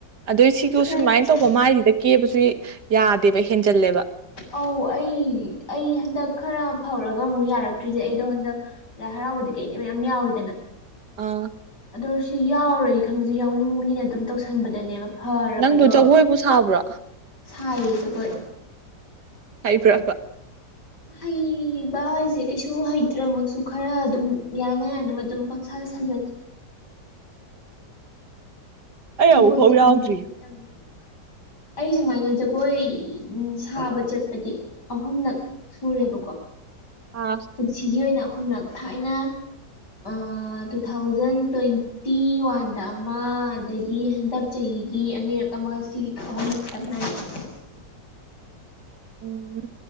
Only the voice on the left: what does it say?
ꯈꯔ
ꯈꯔ
ꯑꯧ ꯑꯩ ꯑꯩ ꯍꯟꯗꯛ ꯈꯔ ꯐꯧꯔꯒ ꯑꯃꯨꯛ ꯌꯥꯔꯛꯇ꯭ꯔꯤꯁꯦ ꯑꯩꯗꯣ ꯍꯟꯗꯛ ꯍ꯫ ꯌꯥꯎꯕꯗꯤ ꯀꯩ ꯀꯩꯅꯣ ꯃꯌꯥꯝ ꯌꯥꯎꯋꯤꯗꯅ
ꯑꯗꯣ ꯁꯤ ꯌꯥꯎꯔꯣꯏ ꯈꯪꯕꯖꯦ ꯌꯥꯎꯅꯤꯡꯕꯅꯤꯅ ꯑꯗꯨꯝ ꯇꯧꯁꯟꯕꯗꯅꯦꯕ ꯐꯔꯕꯗꯣ
ꯁꯥꯏꯌꯦ ꯖꯒꯣꯏ꯫
ꯍꯩꯕ ꯍꯥꯏꯁꯦ ꯀꯩꯁꯨ ꯍꯩꯇ꯭ꯔꯃꯛꯁꯨ ꯈꯔ ꯑꯗꯨꯝ ꯌꯥꯅ ꯌꯥꯅꯕ ꯑꯗꯨꯝ ꯄꯪꯁꯥ <unintelligible> ꯁꯥꯖꯜꯂꯤ꯫
ꯑꯗꯣ
ꯑꯈꯣꯏ <unintelligible>
ꯑꯩ ꯁꯨꯃꯥꯏꯅ ꯖꯒꯣꯏ ꯎꯝ ꯁꯥꯕ ꯆꯠꯄꯗꯤ ꯑꯍꯨꯝꯂꯛ ꯁꯨꯔꯦꯕꯀꯣ꯫
ꯄꯨꯟꯁꯤꯒꯤ ꯑꯣꯏꯅ ꯑꯍꯨꯝꯂꯛ ꯊꯥꯏꯅ ꯑ ꯇꯨ ꯊꯥꯎꯖꯟ ꯇ꯭ꯋꯦꯟꯇꯤ ꯋꯥꯟꯗ ꯑꯃ ꯑꯗꯒꯤ ꯍꯟꯗꯛ ꯆꯍꯤ ꯑꯗꯒꯤ ꯑꯅꯤꯔꯛ ꯑꯃ ꯁꯤ ꯑꯍꯨꯝꯂꯛ ꯈꯛꯇꯛ ꯉꯥꯏꯔꯤ <unintelligible>